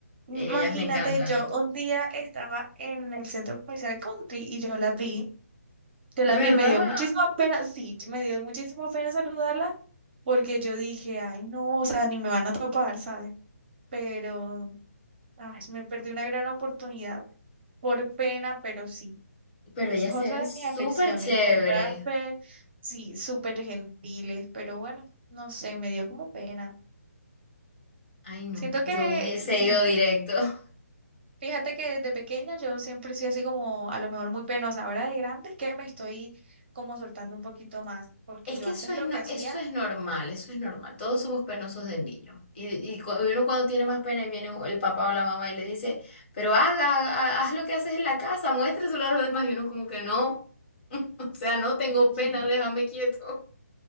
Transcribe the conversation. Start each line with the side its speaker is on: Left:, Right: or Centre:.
Right: Imagínate,
Left: Ellas me encantan.
Right: yo un día estaba en el centro comercial Country y yo la vi. Yo la
Left: ¿Verdad?
Right: vi, me dio muchísima pena, sí, me dio muchísima pena saludarla porque yo dije, ay, no, o sea, ni me van a topar, ¿sabes? Pero, ay, me perdí una gran oportunidad por pena, pero sí,
Left: Pero
Right: esa
Left: ellas
Right: es otra
Left: se ven
Right: de
Left: súper
Right: mis afecciones,
Left: chévere.
Right: comprar, pe- sí, súper gentiles, pero bueno, no sé, me dio como pena.
Left: Ay, no,
Right: Siento
Left: yo
Right: que
Left: hubiese
Right: sí,
Left: ido directo. <laughs>
Right: fíjate que desde pequeña yo siempre he sido así como a lo mejor muy penosa, ahora de grande es que me estoy como soltando un poquito más, porque
Left: Es
Right: yo
Left: que
Right: antes
Left: eso es,
Right: lo
Left: no,
Right: que hacía
Left: eso es normal, eso es normal. Todos somos penosos de niño. Y, y cu- uno cuando tiene más pena y viene el papá o la mamá y le dice, pero haga, ha- haz lo que haces en la casa, muéstraselo a los demás. Y uno como que no. <laughs> O sea, no tengo
Right: <laughs> Sí,
Left: pena, déjame quieto.